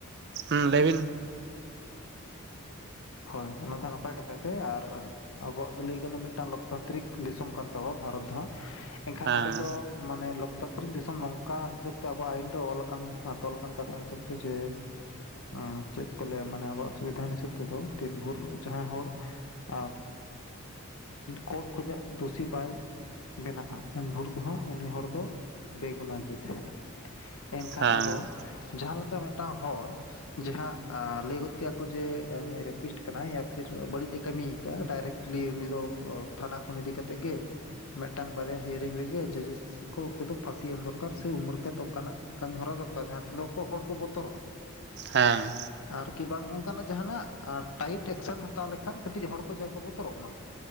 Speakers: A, on the right (about 50°); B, on the left (about 80°).
A: ᱦᱩᱸ ᱞᱟᱹᱭ ᱵᱤᱱ?
B: ᱦᱚᱭ ᱚᱱᱟ ᱫᱚ ᱦᱟᱸᱜ ᱱᱟᱯᱟᱭ ᱠᱟᱛᱷᱟ ᱜᱮ ᱟᱨᱼᱼ ᱟᱵᱚᱣᱟᱜ ᱫᱚ ᱞᱟᱹᱭ ᱜᱟᱱᱚᱜ-ᱟ ᱢᱤᱫᱴᱟᱝ ᱞᱳᱠᱛᱟᱱᱛᱨᱤᱠ ᱫᱤᱥᱚᱢ ᱠᱟᱱ ᱛᱟᱵᱚ ᱵᱷᱟᱨᱚᱛ ᱫᱚ ᱦᱟᱸᱜ ᱮᱱᱠᱷᱟᱱ
A: ᱦᱮᱸ
B: ᱱᱚᱸᱰᱮ ᱫᱚᱼᱼ ᱢᱟᱱᱮ ᱞᱳᱠᱛᱟᱱᱛᱨᱤᱠ ᱫᱤᱥᱚᱢ ᱱᱚᱝᱠᱟ ᱦᱤᱥᱟᱹᱵᱽ ᱛᱮ ᱟᱵᱚᱣᱟᱜ ᱟᱭᱤᱱ ᱨᱮ ᱚᱞ ᱟᱠᱟᱱ ᱛᱚᱞ ᱟᱠᱟᱱ ᱠᱟᱛᱷᱟ ᱦᱤᱥᱟᱹᱵᱽ ᱛᱮ ᱡᱮᱼᱼ ᱚᱸᱻ ᱪᱮᱫ ᱠᱚ ᱞᱟᱹᱭᱟ ᱢᱟᱱᱮ ᱟᱵᱚᱣᱟᱜ ᱥᱩᱵᱤᱫᱷᱟᱱ ᱦᱤᱥᱟᱹᱵᱽᱼᱼ ᱛᱮᱫᱚ ᱫᱤᱱ ᱵᱷᱳᱨ ᱡᱟᱦᱟᱸᱭ ᱦᱚᱲ ᱟᱸᱻᱼᱼ ᱠᱳᱨᱴ ᱠᱷᱚᱡᱟᱜ ᱫᱩᱥᱤ ᱵᱟᱭ ᱵᱮᱱᱟᱜ-ᱟ ᱩᱱ ᱵᱷᱳᱨ ᱫᱚ ᱦᱟᱸᱜ ᱩᱱᱤ ᱦᱚᱲ ᱫᱚᱼᱼ ᱵᱮ ᱜᱩᱱᱟ ᱜᱮ ᱛᱟᱦᱮᱱᱟ ᱮᱱᱠᱷᱟᱱ
A: ᱦᱮᱸ
B: ᱟᱫᱚᱼᱼ ᱡᱟᱦᱟᱸ ᱞᱮᱠᱟ ᱢᱮᱜᱴᱟᱝ ᱦᱚᱲ ᱡᱟᱦᱟᱸ ᱟᱻ ᱞᱟᱹᱭ ᱜᱚᱫ ᱠᱮᱜ-ᱟ ᱠᱚ ᱡᱮᱼᱼ ᱮᱻ ᱩᱱᱤ ᱨᱮᱯᱤᱥᱴ ᱠᱟᱱᱟᱭ ᱭᱟ ᱯᱷᱤᱨ ᱵᱟᱹᱲᱤᱡ ᱮ ᱠᱟᱹᱢᱤᱭ ᱟᱠᱟᱜ-ᱟ ᱰᱟᱭᱨᱮᱠᱴᱤᱞᱤ ᱩᱱᱤ ᱫᱚ ᱚᱻ ᱛᱷᱟᱱᱟ ᱠᱷᱚᱱ ᱤᱫᱤ ᱠᱟᱛᱮᱜ ᱜᱮᱼᱼ ᱢᱮᱜᱴᱟᱝ ᱵᱟᱨᱭᱟ ᱦᱮᱭᱟᱹᱨᱤᱝ ᱨᱮᱜᱮ ᱡᱚ ᱡᱚᱥ ᱠᱚ ᱩᱱᱠᱩ ᱫᱚ ᱯᱷᱟᱸᱥᱤ ᱮᱢ ᱫᱚᱨᱠᱟᱨ ᱥᱮ ᱩᱢᱟᱹᱨ ᱠᱮᱛ ᱚᱱᱠᱟ ᱱᱟᱜᱼᱼ ᱠᱟᱢᱤ ᱦᱚᱨᱟ ᱫᱚᱨᱠᱟᱨ ᱡᱟᱦᱟᱸ ᱛᱮᱞᱚ ᱠᱚ ᱦᱚᱲ ᱠᱚ ᱵᱚᱛᱚᱨᱚᱜ-ᱟ᱾
A: ᱦᱮᱸ᱾
B: ᱟᱨ ᱠᱤ ᱵᱟᱝ ᱚᱱᱠᱟ ᱱᱟᱜ ᱡᱟᱦᱟᱸ ᱱᱟᱜᱼᱼ ᱟᱨ ᱴᱟᱭᱤᱴ ᱮᱠᱥᱮᱱ ᱦᱟᱛᱟᱣ ᱞᱮᱠᱷᱟᱱ ᱠᱟᱹᱴᱤᱡ ᱦᱚᱲ ᱠᱚ ᱡᱟ ᱠᱚ ᱵᱚᱛᱚᱨᱚᱜ ᱢᱟ᱾